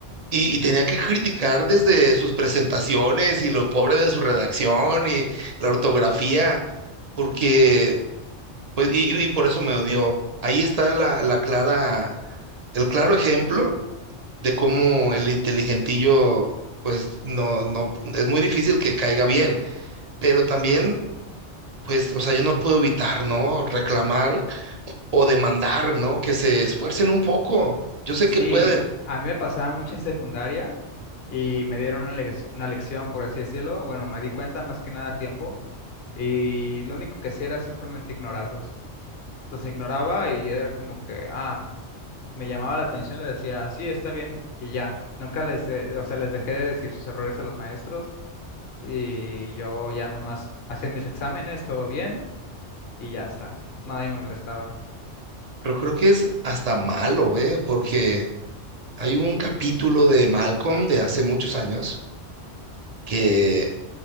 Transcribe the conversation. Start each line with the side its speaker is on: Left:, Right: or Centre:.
Right: Y, y tenía que criticar desde sus presentaciones y lo pobre de su redacción y la ortografía, porque, pues, y, y- por eso me odió. Ahí está la, la clara, el claro ejemplo de cómo el inteligentillo, pues no, no, es muy difícil que caiga bien, pero también, pues, o sea, yo no puedo evitar, ¿no? Reclamar o demandar, ¿no? Que se esfuercen un poco. Yo sé
Left: sí,
Right: que pueden,
Left: a mí me pasaba mucho en secundaria y me dieron una, lec- una lección, por así decirlo. Bueno, me di cuenta más que nada a tiempo y lo único que hacía era simplemente ignorarlos. los ignoraba y era como que, ah, me llamaba la atención, le decía, sí, está bien, y ya. Nunca les, de- o sea, les dejé de decir sus errores a los maestros y yo ya nomás hacía mis exámenes, todo bien, y ya está. Nadie me molestaba.
Right: pero creo que es hasta malo, ¿eh? Porque hay un capítulo de Malcolm de hace muchos años que